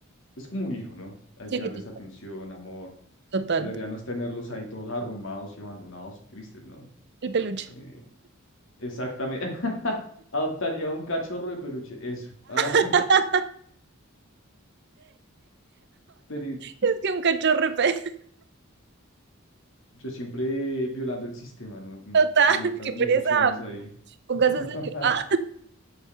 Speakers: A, on the left (about 60°); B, on the right (about 55°).
A: es como un hijo, ¿no? Hay
B: Chiquitito.
A: que darles atención, amor.
B: Total.
A: Pues la idea no es tenerlos ahí todos arrumados y abandonados y tristes, ¿no?
B: El peluche.
A: Eh, exactamente. <laughs> Adoptaría un cachorro de peluche, eso. Ah, <laughs>
B: <laughs>
A: pero y-
B: Es que un cachorro, pe-
A: yo siempre violando el sistema, ¿no? Como
B: total,
A: inventándome
B: qué pereza.
A: opciones ahí.
B: Póngase
A: <laughs>
B: a elegir. Ah,